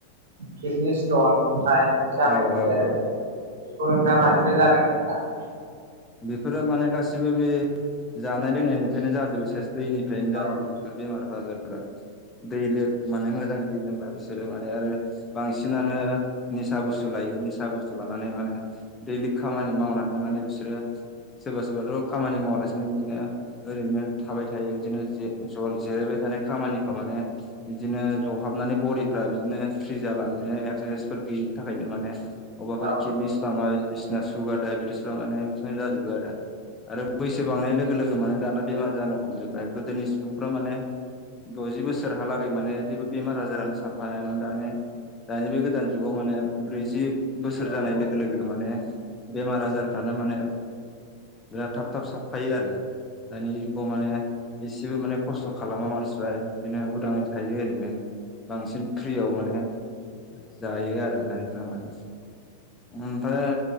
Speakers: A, on the right; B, on the left.
A: किदनेस जन अन्थाइ बिदि जानाय
B: औ
A: नुयो
B: औ
A: आरो
B: औ
A: जों बेखौ नोंथाङा
B: औ
A: मानिफ्राय जादों होनना सानो?
B: बेफोरो माने गासिबो बे जानाय लोंनायनिफ्रायनो जाजोबो सेस दैनिफ्रायनो
A: सानो
B: जाजोबो बेफोर बेमार आजारफोरा दै ले माने मोजां दै लोंला बिसोरो माने आरो बांसिनानो निसा बुस्थु लायो निसा बुस्थु लानानै माने दैलि खामानि मावनानै माने बिसोरो सोरबा सोरबाथ' खामानि मावालासिनो बिदिनो ओरैनो थाबाय थायो बिदिनो जे जयै जिरायबाय थानाय खामानिखौ माने बिदिनो जहाबनानै बदिफ्रा बिदिनो फ्रि जाला बिदिनो रेसफोर गैयिनि थाखायनो माने अबाफोर
A: औ
B: किदनि स्टनआरि बायदिसिना सुगार दायबेतिस फोरा माने बेजों जाजोबो आरो बैसो बांनाय लोगो लोगो माने दाना बेमार जानो हमजोबबाय गोदोनि सुबुंफ्रा माने द'जि बोसोरहालागै माने जेबो बेमार आजारानो साफफायामोन दानि दानि बे गोदान जुगाव माने ब्रैजि
A: औ
B: बोसोर जानाय
A: नंगौ
B: लोगो
A: नंगौ
B: लोगो माने बेमार आजार फ्रानो माने बिराद थाब थाब साफायो आरो। दानि जुगाव माने एसेबो माने खस्थ' खालामा मानसिफ्रा बिदिनो उदाङै थायो ओरैनो बांसिन फ्रियाव माने जायो आरो <unintelligible> जानाय ओमफ्राय